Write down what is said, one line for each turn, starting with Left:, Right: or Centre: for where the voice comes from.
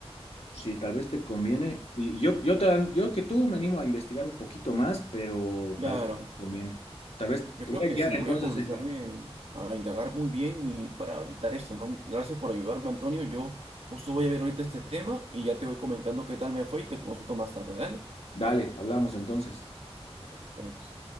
Left: Sí, tal vez te conviene. Y Yo, yo, te, yo que tú me animo a investigar un poquito más, pero
Right: Claro.
Left: tal vez te conviene. Tal vez
Right: Yo
Left: te
Right: creo
Left: voy a
Right: que
Left: guiar
Right: sí,
Left: entonces
Right: voy a comenzarme
Left: en la...
Right: a indagar muy bien y para evitar esto, ¿no? Gracias por ayudarme, Antonio. Yo justo voy a ver ahorita este tema y ya te voy comentando qué tal me fue y te consulto más tarde, ¿dale?
Left: Dale, hablamos entonces.
Right: Nos vemos.